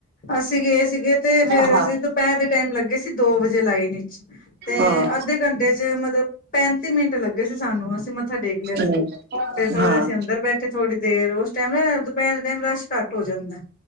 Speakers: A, on the left (about 40°); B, on the right (about 50°).
A: ਅਸੀਂ ਗਏ ਸੀਗੇ ਤੇ ਫਿਰ
B: ਹਾਂ
A: ਅਸੀ ਦੁਪਹਿਰ ਦੇ ਟਾਈਮ ਲੱਗੇ ਸੀ ਦੋ ਵਜੇ ਲਾਈਨ ਵਿਚ। ਤੇ
B: ਹਾਂ
A: ਅੱਧੇ ਘੰਟੇ ਚ ਮਤਲਬ ਪੈਂਤੀ ਮਿੰਟ ਲੱਗੇ ਸੀ ਸਾਨੂੰ। ਅਸੀ ਮੱਥਾ ਟੇਕ ਲਿਆ
B: ਹਮ
A: ਸੀ। ਫਿਰ ਥੋੜੇ
B: ਹਾਂ
A: ਅਸੀਂ ਅੰਦਰ ਬੈਠੇ ਥੋੜੀ ਦੇਰ ਉਸ ਟੇਮ ਨਾ ਦੁਪਹਿਰ ਦੇ ਟਾਈਮ ਰਸ਼ ਘੱਟ ਹੋ ਜਾਂਦਾ।